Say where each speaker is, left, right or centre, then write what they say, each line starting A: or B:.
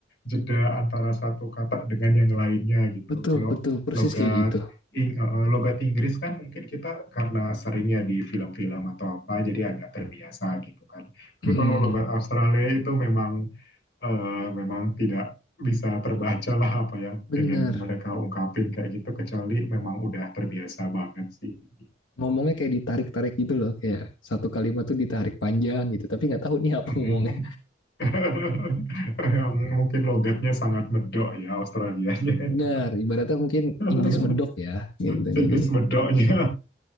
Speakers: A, on the left; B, on the left.
A: jeda antara satu kata dengan yang lainnya gitu.
B: betul
A: Kalau
B: betul persis
A: logat
B: kayak gitu
A: Ing- eh, eh, logat Inggris kan mungkin kita karena seringnya di film-film atau apa, jadi agak terbiasa gitu kan. Tapi
B: mm
A: kalau logat
B: -mm.
A: Australia itu memang eh, memang tidak bisa terbaca lah apa yang
B: bener
A: ingin mereka ungkapin kayak gitu kecuali memang udah terbiasa banget sih. Oh.
B: ngomongnya kayak ditarik-tarik gitu loh kayak satu kalimat tuh ditarik panjang gitu tapi nggak tahu nih apa
A: Mm-mm.
B: ngomongnya
A: <laughs> Yang mungkin logatnya sangat medok ya Australianya.
B: benar
A: itu.
B: ibaratnya mungkin
A: <laughs>
B: Inggris medok ya gitu
A: Inggris
B: jadi
A: medoknya. <laughs>